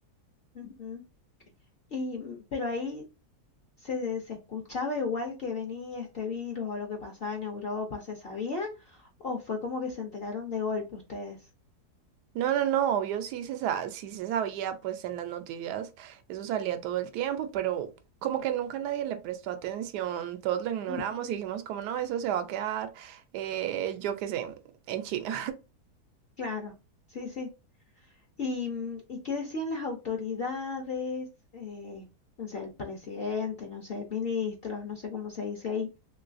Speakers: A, on the left (about 60°); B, on the right (about 90°).
A: Ujú. Y, mm, pero ahí se, se escuchaba igual que venía este virus o lo que pasaba en Europa, ¿se sabía? ¿O fue como que se enteraron de golpe ustedes?
B: No, no, no, obvio sí se, sa- sí se sabía, pues en las noticias eso salía todo el tiempo, pero como que nunca nadie le prestó atención, todos lo ignoramos
A: Ujú,
B: y dijimos como no, eso se va a quedar, eh, yo qué sé, en China.
A: Claro, sí, sí. ¿Y, mm, y qué decían las autoridades? Eh, no sé, el presidente, no sé, ministros, no sé cómo se dice ahí,